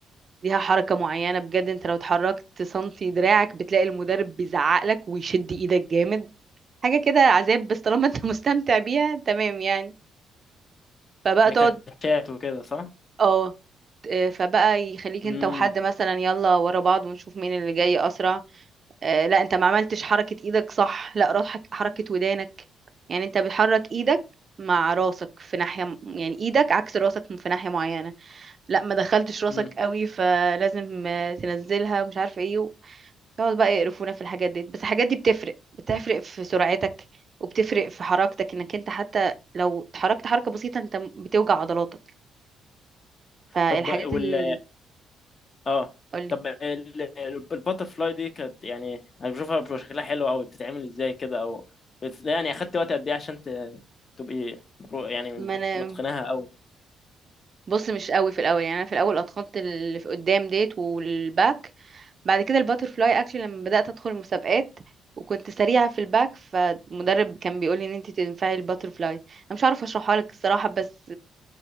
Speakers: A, on the right; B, on the left.
A: ليها حركة معينة بجد انت لو اتحركت سنتي دراعك بتلاقي المدرب بيزعق لك ويشد ايدك جامد حاجة كده عذاب بس طالما انت <laughs> مستمتع بيها تمام يعني فبقى
B: ده
A: تقعد
B: كان شات وكده صح؟
A: اه آه، فبقى يخليك
B: مم.
A: انت وحد مثلا يلا ورا بعض ونشوف مين اللي جاي اسرع آه، لا انت ما عملتش حركة ايدك صح لا روح حك- حركة ودانك يعني انت بتحرك ايدك مع راسك في ناحية يعني ايدك عكس راسك في ناحية معينة لا ما دخلتش راسك
B: مم.
A: قوي فلازم آه، تنزلها مش عارفه ايه و- يقعد بقى يقرفونا في الحاجات دي بس الحاجات دي بتفرق بتفرق في سرعتك وبتفرق في حركتك انك انت حتى لو اتحركت حركه بسيطه انت م- بتوجع عضلاتك فالحاجات
B: طب وال
A: اللي
B: اه
A: قولي
B: طب الباتر فلاي دي كانت يعني انا بشوفها بيبقى شكلها حلو قوي بتتعمل ازاي كده او بت... يعني اخدت وقت قد ايه عشان ت... تبقي برو يعني
A: ما انا
B: متقناها قوي
A: بص مش قوي في الاول يعني انا في الاول اتخنت اللي في قدام ديت والباك بعد كده الباترفلاي اكشن لما بدات ادخل مسابقات وكنت سريعه في الباك فالمدرب كان بيقولي ان انت تنفعي الباترفلاي انا مش عارفه اشرحها لك الصراحه بس